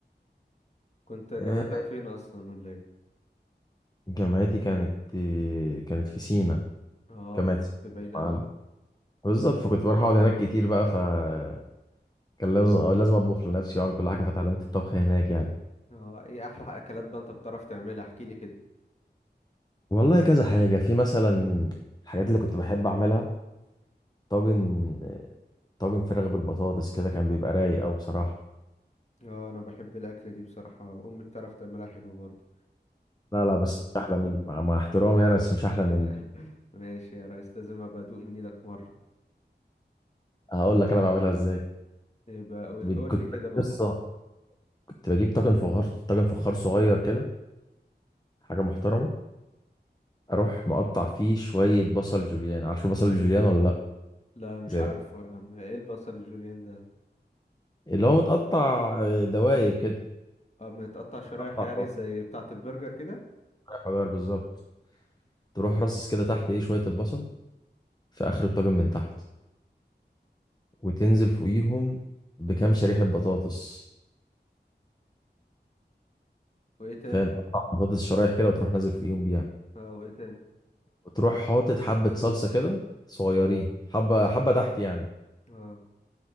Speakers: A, on the left (about 40°); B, on the left (about 20°).
A: كنت جامعتك
B: إيه.
A: فين اصلا ولا ايه
B: جامعتي كانت إيه كانت في سينا
A: اه
B: جامعه
A: ده انت
B: سينا
A: كنت بعيد
B: مش
A: قوي
B: معانا بالظبط فكنت بروح اقعد هناك كتير بقى فكان لازم آه، لازم اطبخ لنفسي واعمل كل حاجه فاتعلمت الطبخ هناك يعني
A: اه ايه احلى اكلات بقى انت بتعرف تعملها احكي لي كده
B: والله كذا حاجة في مثلا الحاجات اللي كنت بحب أعملها طاجن طاجن فراخ بالبطاطس كده كان بيبقى رايق أوي بصراحة
A: اه انا بحب الاكله دي بصراحه امي بتعرف تعملها حلو برضه
B: لا لا بس مش احلى مني مع, مع احترامي يعني بس مش
A: <laughs>
B: احلى مني
A: ماشي يا ريس لازم ابقى ادوق من ايدك مرة
B: هقول لك انا بعملها ازاي
A: يبقى قول
B: بت-
A: قول
B: كنت
A: لي كده
B: بجيب
A: الوصف
B: قصه كنت بجيب طاجن فخار طاجن فخار صغير كده حاجه محترمه اروح مقطع فيه شويه بصل جوليان عارف البصل الجوليان ولا لا
A: لا مش
B: زي
A: عارفه
B: ما-
A: يا عم ايه البصل الجوليان ده
B: اللي هو متقطع آه، دواير كده
A: اه متقطع شرايح
B: متقطع
A: <laughs> يعني زي بتاعة البرجر كده
B: دواير بالظبط تروح رصص كده تحت ايه شويه البصل في اخر الطاجن من تحت وتنزل فوقيهم بكام شريحه بطاطس
A: وايه تاني
B: فاهم بطاطس شرايح كده وتروح نازل فوقيهم بيها
A: اه وايه تاني
B: وتروح حاطط حبة صلصة كده صغيرين حبة حبة تحت يعني
A: اه